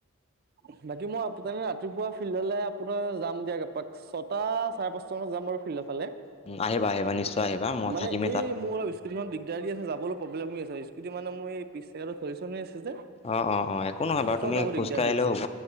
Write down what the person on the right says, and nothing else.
অক টু <unintelligible> বাকী মই আপোনালে ৰাতিপুৱা ফিল্ডলে আপোনাৰ যাম দিয়া একপাক ছটা চাৰে পাঁচটা মানত যাম বাৰু। ফিল্ডৰ ফালে।
মানে
এই মোৰ অলপ স্কুটিখন দিগদাৰ দি আছে যাবলৈ প্ৰব্লেম হৈ আছে স্কুটি মানে মোৰ এই পিছ চাইডত হৈ জমি আছে। যে
অকণ
যাব দিগদাৰ
হৈ আছে